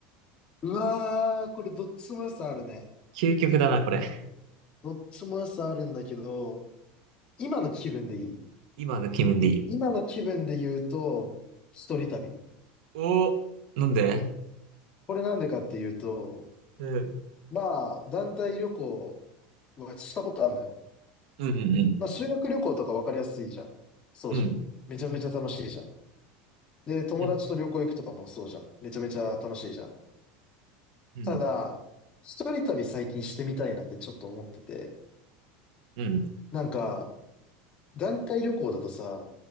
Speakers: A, on the left (about 25°); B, on the right (about 80°).
A: うわー、これどっちも良さあるね。
B: 究極だな、これ。
A: どっちも良さあるんだけど、今の気分でいい。
B: 今の気分でいい。
A: 今の気分で言うと、一人旅。
B: おなんで
A: これなんでかっていうと、
B: うん。
A: まあ、団体旅行はしたことあるのよ。
B: うんうん
A: まあ、修学旅行とか分かりやすいじゃん。そうじゃん。
B: うん。うん。
A: めちゃめちゃ楽しいじゃん。で、友達と旅行行くとかもそうじゃん。
B: う
A: めちゃめちゃ楽しいじゃん。
B: ん。
A: ただ、一人旅最近してみたいなってちょっと思ってて。
B: うん。
A: なんか、団体旅行だとさ、